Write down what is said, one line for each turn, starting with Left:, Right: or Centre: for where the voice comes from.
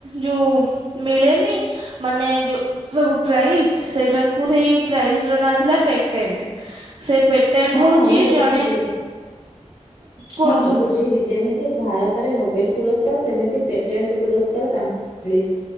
Right: ଯୋଉ ମିଳେନି ପେ ମାନେ ଯୋଉ ସବୁ ପ୍ରାଇଜ୍ ସେଇଟାକୁ ସେଇ ପ୍ରାଇଜ୍ ର ନାଁ ଥିଲା ପେଟେଣ୍ଟ। ସେ ପେଟେଣ୍ଟ
Left: ହଁ
Right: ହଉଛି
Left: ହଁ ମୁଁ ବୁଝିଲି
Right: ଜଣେ। କୁହନ୍ତୁ
Left: ହଁ ହଁ ମୁଁ ବୁଝିଲି ଯେମିତି ଭାରତରେ ନୋବେଲ ପୁରସ୍କାର ସେମିତି ପେଟେଣ୍ଟ। ପେଟେଣ୍ଟ ପୁରସ୍କାର ତାଙ୍କୁ ମିଳିଚି